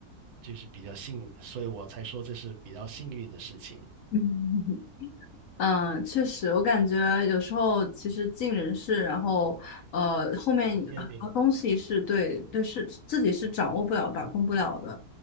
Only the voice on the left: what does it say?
嗯。<laughs> 嗯，确实，我感觉有时候其实尽人事，然后呃，后面很多东西是对对是自己是掌握不了、
把控不了的。